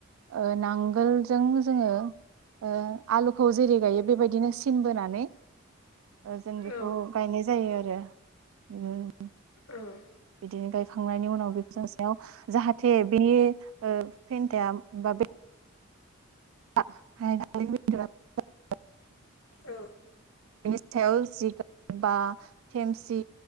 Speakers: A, on the right; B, on the left.
A: ओ नांगोलजों जोङो ओ आलुखौ जेरै गायो बेबायदिनो सिनबोनानै जों बेखौ
B: औ
A: गायनाय जायो। आरो उम <unintelligible>
B: औ।
A: बि <unintelligible> गायखांनायनि उनाव बे <unintelligible> जाहाथे बे ओ फेन्टा बा बे <unintelligible>
B: औ।
A: बिनि सायाव जिगाब बा थेमसि